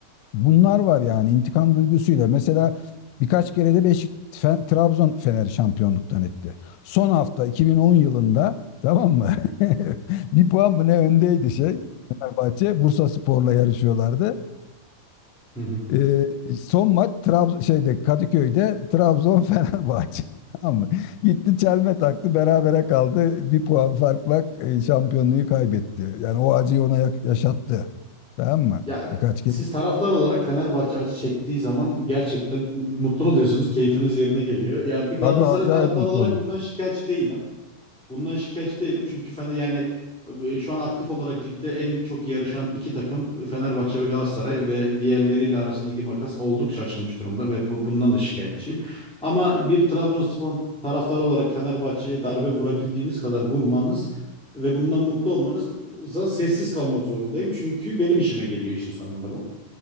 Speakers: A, on the left; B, in the centre.
A: Bunlar var yani intikam duygusuyla. Mesela birkaç kere de Beşik Fe- Trabzon Fener'i şampiyonluktan etti. Son hafta 2010 yılında tamam mı? <laughs> Bir puan mı ne öndeydi şey. Fenerbahçe Bursa Spor'la yarışıyorlardı.
B: <laughs>
A: Ee, son maç Trab şeyde Kadıköy'de Trabzon Fenerbahçe. <laughs> Tamam mı? Gitti çelme taktı berabere kaldı. Bir puan farkla e, şampiyonluğu kaybetti. Yani o acıyı ona yak- yaşattı. Tamam mı?
B: Ya
A: Birkaç kez.
B: siz taraftar olarak Fenerbahçe acı çektiği zaman gerçekten mutlu oluyorsunuz. Keyfiniz yerine geliyor. Ya bir Galatasaray
A: Tabii acayip
B: taraftarı
A: mutlu
B: olarak
A: olur.
B: bundan şikayetçi değilim. Bundan şikayetçi değilim çünkü Fener yani e, şu an aktif olarak ligde en çok yarışan iki takım e, Fenerbahçe ve Galatasaray ve diğerleriyle arasındaki makas oldukça açılmış durumda ve bu, bundan da şikayetçiyim. Ama bir Trabzonspor taraftarı olarak Fenerbahçe'ye darbe vurabildiğiniz kadar vurmanız ve bundan mutlu olmanıza sessiz kalmak zorundayım. Çünkü benim işime geliyor işin sonunda bu.